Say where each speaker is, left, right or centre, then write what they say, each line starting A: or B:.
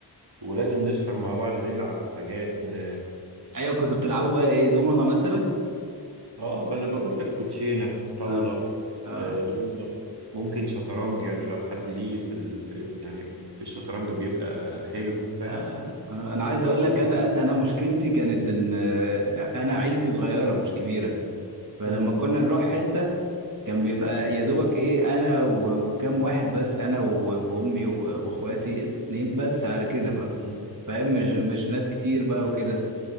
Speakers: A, on the right; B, on the right.
A: ولازم نسهر مع بعض نلعب حاجات ن...
B: ايوه كنتوا بتلعبوا بقى ايه دومنا مثلا
A: اه ب- انا بقول لك كوتشينة طاولة
B: اه اه
A: آه، دومنة ممكن شطرنج يعني لو حد ليه في, ال... في يعني في الشطرنج بيبقى حلو فاهم
B: آه، انا عايز اقول لك
A: جامد
B: انا انا مشكلتي كانت ان آه، انا عيلتي صغيره مش كبيره فلما
A: مم.
B: كنا نروح حته كان بيبقى يا دوبك ايه انا و- وكم واحد بس انا و- وامي و- واخواتي اتنين بس على كده
A: مم.
B: ما في-
A: مم.
B: فاهم مش مش ناس كتير بقى وكده